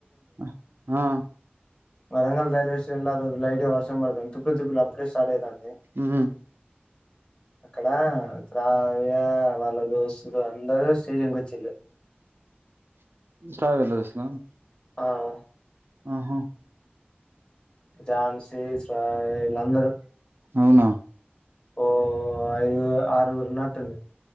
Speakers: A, on the right; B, on the left.
A: అ ఆ
B: వరంగల్ రైల్వేటేషన్ ల ఆరోజు లైట్ గా వర్షం పడ్తాంది తుప్పులు తుప్పులు అప్పుడే స్టార్ట్ అయితాంది
A: ఉమ్
B: అక్కడా శ్రావ్యా వాళ్ళ దోస్తులు అందరు స్టేషన్ కొచ్చిళ్ళు
A: <unintelligible>
B: ఆ అ
A: ఆహ
B: ఝాన్సీ శ్రావ్య వీళ్లందరు
A: అవునా
B: ఓ ఐదుగురు ఆరుగురు ఉన్నటుంది